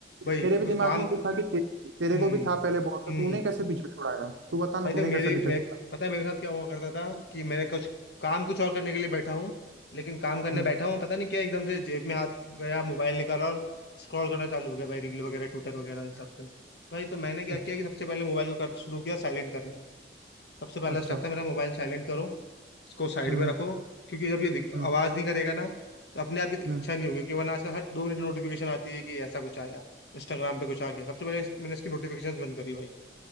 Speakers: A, on the left; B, on the right.
A: भाई
B: मेरे भी
A: कुछ
B: दिमाग
A: काम
B: में वो था कि ते, तेरे
A: हम्म
B: को भी था पहले बहुत
A: हम्म
B: तो तूने कैसे पीछे छुड़ाया तू बता ना
A: भाई
B: तूने
A: देख मेरे
B: कैसे पीछे
A: मैं
B: छुड़ा
A: पता है मेरे साथ क्या हुआ करता था कि मैंने कुछ काम कुछ और करने के लिए बैठा हूँ लेकिन काम करने
B: हम्म
A: बैठा हूँ पता नहीं क्या एकदम से जेब में हाथ गया मोबाइल निकाला और स्क्रॉल करना चालू हो गया भाई रील वगैरह ट्विटर वगैरह इन सब पे भाई तो मैंने क्या
B: अच्छा
A: किया कि सबसे पहले मोबाइल को कर, शुरू किया साइलेंट करना सबसे पहला
B: अच्छा
A: स्टेप था मेरा मोबाइल साइलेंट करो इसको साइड
B: हम्म
A: में रखो क्योंकि जब ये दिख-
B: हम्म
A: आवाज नहीं करेगा ना तो अपने आप ही
B: हम्म
A: इच्छा नहीं होगी क्योंकि वरना आजकल हर दो मिनट नोटिफिकेशन आती है कि ऐसा कुछ आया इंस्टाग्राम पे कुछ आ गया सबसे पहले इस- मैंने इसकी नोटिफिकेशन बंद करी भाई